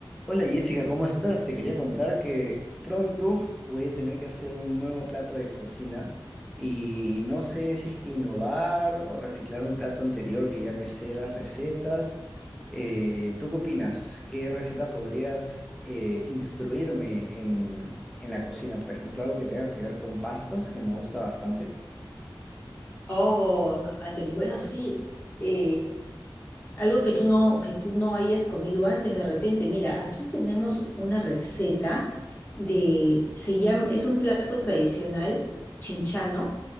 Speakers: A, in the centre; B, on the left.
A: Hola Jessica, ¿cómo estás? Te quería contar que pronto voy a tener que hacer un nuevo plato de cocina y no sé si es que innovar o reciclar mi plato anterior que ya me sé las recetas. Eh, ¿tú qué opinas? ¿Qué receta podrías eh, instruirme en, en la cocina? Por ejemplo, algo que tenga que ver con pastas, que me gusta bastante.
B: Oh, Anthony, bueno, sí. eh, algo que tú no, que tú no hayas comido antes de repente. Mira, aquí tenemos una receta de, se llama, es un plato tradicional chinchano,